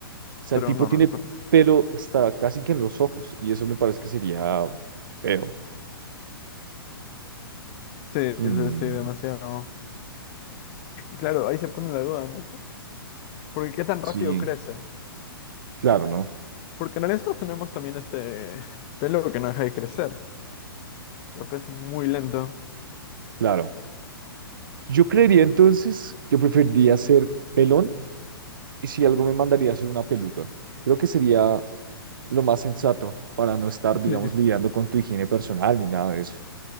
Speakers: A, on the right; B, on the left.
A: O sea,
B: pero
A: el tipo
B: no,
A: tiene
B: no lo conozco.
A: pelo hasta casi que en los ojos y eso me parece que sería feo.
B: Sí,
A: Mm,
B: sí, sí, demasiado. Claro, ahí se pone la duda, ¿no? Porque qué tan
A: sí,
B: rápido crece.
A: claro, ¿no?
B: Porque en estos tenemos también este pelo que no deja de crecer. Lo crece muy lento.
A: Claro. Yo creería entonces que preferiría ser pelón y si algo me mandaría a hacer una peluca. Creo que sería lo más sensato para no estar, digamos,
B: Sí,
A: lidiando con tu higiene personal ni nada de eso.